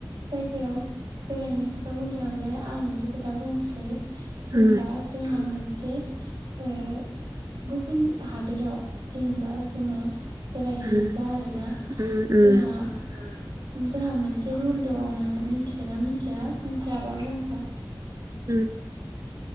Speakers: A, on the right; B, on the right.
A: जायगायाव बेरायनाय खोथा बुंदों आरोना आं मोनसे खोथा बुंनोसै। जेनेबा
B: उम
A: जोंहा मोन जे ओ गुबुन हादोराव जेनेबा जोङो बेरायहैयोब्ला
B: उम
A: आरोना
B: उम उम
A: जोंहा जोंहा मोनसे रुल दं न म मिथिखग ना मिथिया जाबाबो बु
B: उम